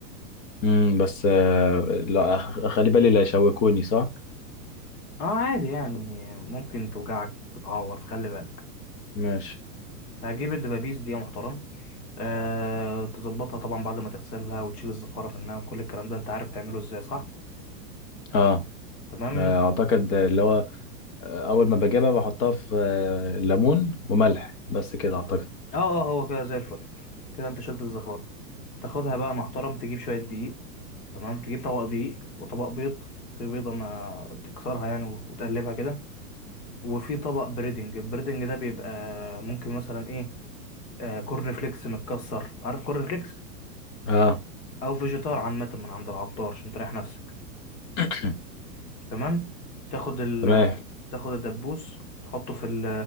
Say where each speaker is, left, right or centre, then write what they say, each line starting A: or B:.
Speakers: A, on the left; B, on the left.
A: امم بس آه، لا أخ- خلي بالي لا يشوكوني صح
B: اه عادي يعني ممكن توجعك تتعور فخلي بالك
A: ماشي
B: هجيب الدبابيس دي يا محترم أه تظبطها طبعا بعد ما تغسلها وتشيل الزفارة منها وكل الكلام ده انت عارف تعمله ازاي صح
A: اه
B: تمام
A: آه، اعتقد اللي هو آه، اول ما بجيبها بحطها في آه، ليمون وملح بس كده اعتقد
B: اه اه هو كده زي الفل كده انت شلت الزفارة تاخدها بقى محترم تجيب شوية دقيق تمام تجيب طبق دقيق وطبق بيض في بيضة ما تكسرها يعني وتقلبها كده وفي طبق بريدنج البريدنج ده بيبقى ممكن مثلا ايه آه كورن فليكس متكسر عارف كورن فليكس
A: اه
B: او فيجيتار عامة من عند العطار عشان تريح نفسك
A: <coughs>
B: تمام تاخد ال
A: تمام
B: تاخد الدبوس تحطه في ال